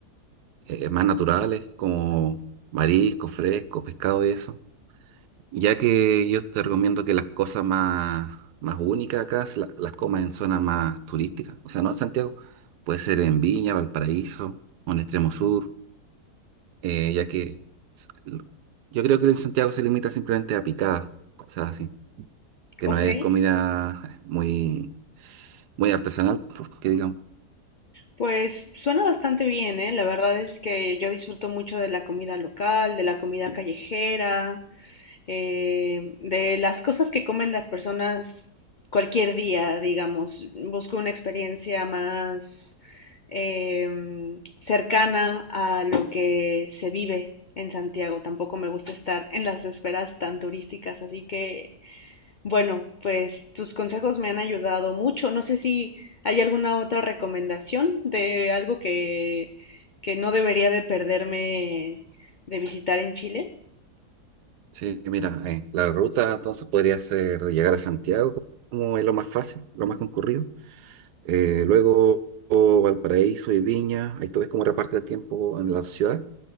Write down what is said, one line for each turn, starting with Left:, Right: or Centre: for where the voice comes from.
Right: eh, más naturales, como marisco, fresco, pescado y eso. Ya que yo te recomiendo que las cosas más, más únicas acá se la- las comas en zonas más turísticas. O sea, no en Santiago. Puede ser en Viña, Valparaíso o en Extremo Sur. eh, ya que s- l- yo creo que en Santiago se limita simplemente a picadas, cosas así. Que
Left: Ok,
Right: no es comida eh, muy, muy artesanal, que digamos.
Left: pues suena bastante bien, ¿eh? La verdad es que yo disfruto mucho de la comida local, de la comida callejera. eh, de las cosas que comen las personas cualquier día, digamos. Busco una experiencia más eh, cercana a lo que se vive en Santiago. Tampoco me gusta estar en las esferas tan turísticas, así que bueno, pues tus consejos me han ayudado mucho. No sé si hay alguna otra recomendación de algo que, que no debería de perderme de visitar en Chile.
Right: Sí, mira, eh, la ruta entonces podría ser llegar a Santiago como es lo más fácil, lo más concurrido Eh, luego oh, Valparaíso y Viña, ahí tú ves cómo reparte el tiempo en la ciudad.